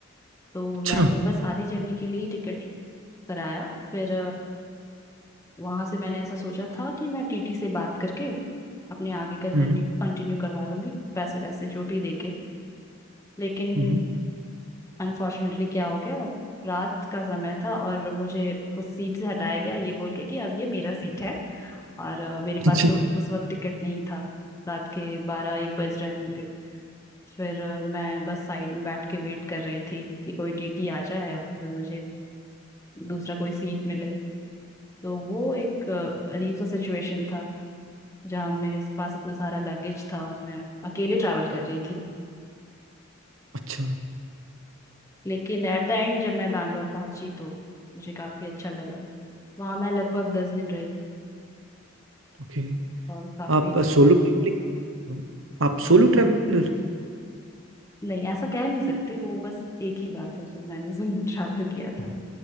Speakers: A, on the left; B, on the right.
A: तो
B: अच्छा
A: मैंने बस आधी जर्नी के लिए टिकट कराया फिर वहां से मैंने ऐसा सोचा था कि मैं टीटी से बात करके अपने आगे का जर्नी
B: हम्म
A: को कंटिन्यू करवा लूंगी पैसे पैसे जो भी देके लेकिन
B: हम्म
A: अनफॉर्चुनेटली क्या हो गया रात का समय था और मुझे उस सीट से हटाया गया ये बोल के कि अब ये मेरा सीट है और अ, मेरे पास
B: अच्छा
A: तो उस वक्त टिकट नहीं था रात के बारह एक बज रहे होंगे फिर अ, मैं बस साइड में बैठ के वेट कर रही थी कि कोई टीटी आ जाए और फिर मुझे दूसरा कोई सीट मिले तो वो एक अ, अजीब सा सिचुएशन था जहाँ मेरे पास इतना सारा लगेज था और मैं अकेले ट्रैवल कर रही थी
B: अच्छा
A: लेकिन एट द एंड जब मैं बैंगलोर पहुंची तो मुझे काफी अच्छा लगा वहां मैं लगभग दस दिन रही
B: ओके
A: और काफी
B: आप सोलो ट्रैवलिंग आप सोलो ट्रैवलर
A: नहीं ऐसा कह नहीं सकते वो बस एक ही बार था जब मैंने <laughs> सोलो ट्रैवल किया था